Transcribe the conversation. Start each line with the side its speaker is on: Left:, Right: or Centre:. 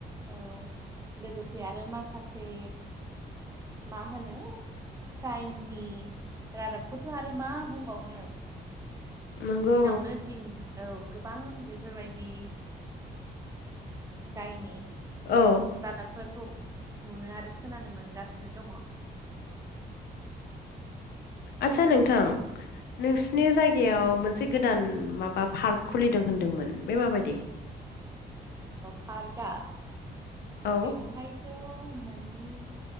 Right: औ लोगोसे आरो माखासे मा होनो क्राइमनि रादाबखौथ' आरो मा बुंबावनो
Left: नंगौ
Right: दिनावनो दिन औ गोबां बेफोरबायदि दायनि
Left: औ
Right: रादाब फोरफोरखौ नुनो आरो खोनानो मोनगासिनो दङ
Left: आचसा नोंथां नोंसिनि जायगायाव मोनसे गोदान माबा पार्क खुलिदों होनदोंमोन बे माबायदि
Right: पार्कआ
Left: औ
Right: बेवहायथ' मानिे